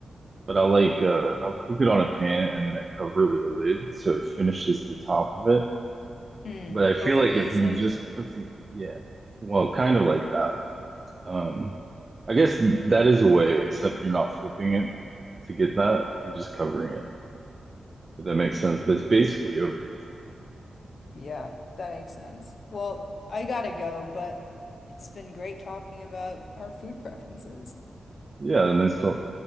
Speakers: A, on the right (about 35°); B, on the left (about 65°).
A: But I'll like uh I'll cook it on a pan and then I cover it with a lid so it finishes the top of it.
B: Mm,
A: But I feel
B: over
A: like
B: easy.
A: if you're just cooking, yeah, well, kind of like that. Um, I guess that is a way, except you're not flipping it to get that. You're just covering it, if that makes
B: <laughs>
A: sense. But it's basically over easy.
B: Yeah, that makes sense. Well, I gotta go, but it's been great talking about our food preferences.
A: Yeah, nice talk.